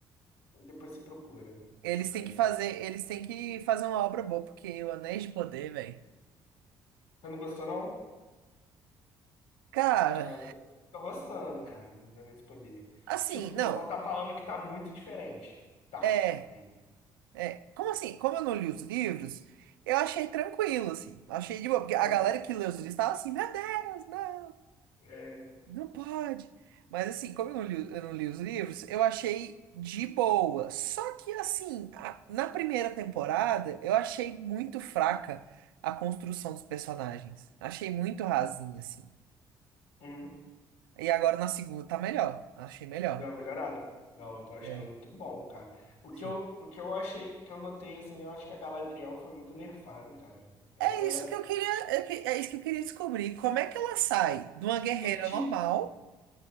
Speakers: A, on the left; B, on the right.
A: depois você procura.
B: Eles
A: É,
B: têm que fazer, eles têm que fazer uma obra boa, porque o Anéis de Poder, velho.
A: Você não gostou, não?
B: Cara,
A: Ah, tô, tô gostando, cara, não deu esse poder.
B: assim,
A: Tipo, o pessoal
B: não.
A: tá falando que tá muito diferente. Tá,
B: É.
A: né?
B: É, como assim? Como eu não li os livros, eu achei tranquilo, assim. Achei de boa, porque a
A: Aham,
B: galera que lê os livros tava assim, meu Deus, não,
A: É,
B: não pode. Mas assim, como eu não li, eu não li os livros, eu achei de boa. Só que assim, a- na primeira temporada, eu achei muito fraca a construção dos personagens. Achei muito rasinha, assim.
A: uhum.
B: E agora na segunda tá melhor. Achei melhor.
A: Deu uma melhorada? Não, eu tô achando
B: É,
A: muito bom, cara. O que
B: sim.
A: eu, o que eu achei, que eu notei, assim, eu acho que a Galadriel foi muito nerfada, cara. Ela
B: É
A: era.
B: isso que eu queria, é que- é isso que eu queria descobrir. Como é que ela sai de uma guerreira
A: Que é tipo.
B: normal?